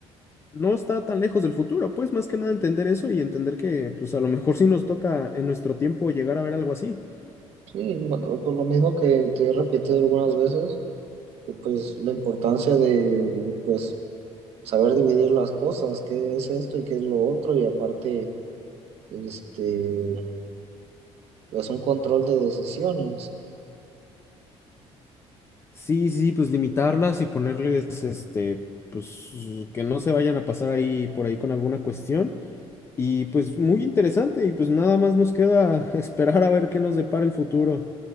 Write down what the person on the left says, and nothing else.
no está tan lejos del futuro, pues más que nada entender eso y entender que pues a lo mejor sí nos toca en nuestro tiempo llegar a ver algo así.
Sí, sí, sí, pues limitarlas y ponerles este, pues que no se vayan a pasar ahí por ahí con alguna cuestión. Y pues muy interesante y pues nada más nos queda <laughs> esperar a ver qué nos depara el futuro.